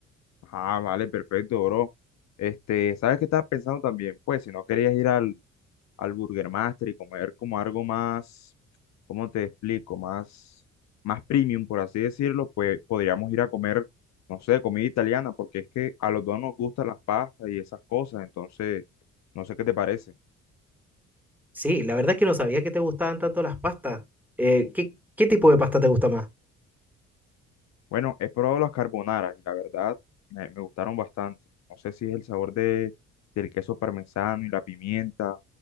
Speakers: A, on the left; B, in the centre.
A: Ah, vale, perfecto, bro. Este, ¿sabes qué estaba pensando también? Pues si no querías ir al, al Burger Master y comer como algo más, ¿cómo te explico? Más, más premium, por así decirlo, pues podríamos ir a comer, no sé, comida italiana, porque es que a los dos nos gustan las pastas y esas cosas, entonces, no sé qué te parece.
B: Sí, la verdad es que no sabía que te gustaban tanto las pastas. Eh, ¿qué, qué tipo de pasta te gusta más?
A: Bueno, he probado las carbonara y la verdad me, me gustaron bastante. No sé si es el sabor de, del queso parmesano y la pimienta